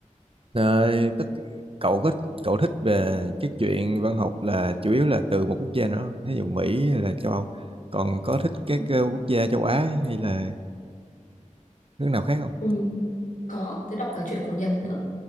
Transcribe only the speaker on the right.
Đấy, tất cậu thích cậu thích về cái chuyện văn học là chủ yếu là từ một quốc gia nữa, thí dụ Mỹ hay là châu Âu. Còn có thích các
ờ, quốc gia châu Á hay là nước nào khác không?